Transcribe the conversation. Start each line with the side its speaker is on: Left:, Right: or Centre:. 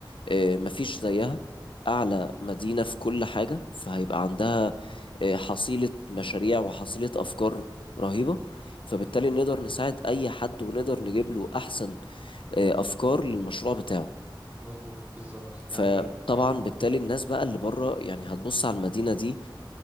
Left: آه، مفيش زيها أعلى مدينة في كل حاجة فهيبقى عندها آه، حصيلة مشاريع وحصيلة أفكار رهيبة فبالتالي نقدر نساعد أي حد ونقدر نجيب له أحسن آه، أفكار للمشروع بتاعه
Right: مظبوط بالظبط
Left: فطبعا
Right: يعني اه
Left: بالتالي الناس بقى اللي بره يعني هتبص على المدينة دي